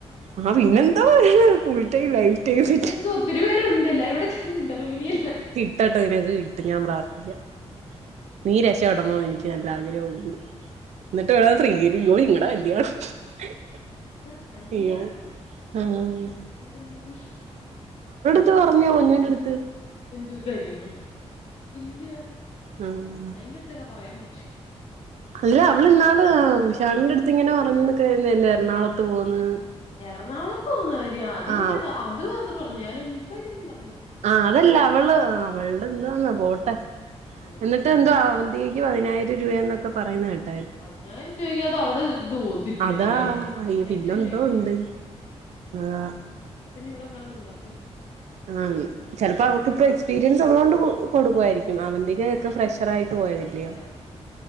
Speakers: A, on the right; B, on the left.
A: ആഹ് പിന്നെന്തോ full time life time
B: അതിനെന്തുവാ
A: set
B: ഒത്തിരി പേരുണ്ട് എ ല്ലാരൂടെ ചേർന്ന് ഇന്റർവ്യൂവിന് ചെല്ലാൻ
A: കിട്ടട്ടെ നിനക്ക് കിട്ടും ഞാൻ പ്രാർത്ഥിക്കാം. നീ രക്ഷപെടണമെന്ന് എനിക്ക് നല്ല ആഗ്രഹവൊണ്ട് എന്നിട്ട് വേണം <unintelligible> <unintelligible>
B: <unintelligible> കല്യാണം
A: അയ്യോ
B: <unintelligible>
A: ആഹ്
B: ആയിരുന്നെങ്കിൽ
A: <unintelligible> പറഞ്ഞോ പൊന്നൂന്റടുത്ത്
B: എന്ത്‌? കാര്യോ ഇല്ല
A: ആഹ്
B: അതിന്റടുത്തക്ക പറയാൻ പറ്റോ
A: അല്ല അവൾ ഇന്നാള് വിശാലിന്റെയടുത്ത് ഇങ്ങനെ പറഞ്ഞന്നൊക്കെ അല്ലെ എർണാളത്ത് പോകുന്ന്
B: എർണാകുളത്ത് പോകുന്ന കാര്യം അതിങ്ങനെ
A: ആഹ്
B: അത് <unintelligible> പറഞ്ഞ് ഞാൻ ഈ കാര്യൊന്നും പറ
A: ആ അതല്ല അവള് അവള് എന്ത്വവാന്നോ പോട്ടെ
B: ആഹ്
A: എന്നിട്ട് എന്തുവാ അവന്തികയ് ക്ക് പതിനായിരം രൂപയെന്നൊക്കെ പറയുന്ന കേ
B: പതിനായിരം രൂപയ്ക്ക് അത് അവടെ ഇത് പോവത്തില്ലിയോ
A: അതാ
B: അയ്യായി
A: അയ്യോ പിന്നെന്തോ
B: അയ്യായിരം രൂപയ്ക്കൊക്കെ
A: ഉണ്ട്
B: ഉള്ളൂ.
A: ആഹ്
B: അപ്പോ പിന്നെ ഇവിടെങ്ങാനം നിന്നാ പോരെ?
A: ആ ചിലപ്പം അവൾക്ക് ഇപ്പോ എക്സ്പീരിയൻസ് ഉള്ളോണ്ട് കൊടുക്കുവായിരിക്കും അവന്തികയൊക്കെ ഫ്രഷ് ഹെൽപ്റായിട്ട് പോയതല്ലിയോ
B: ശരിയാ ഉം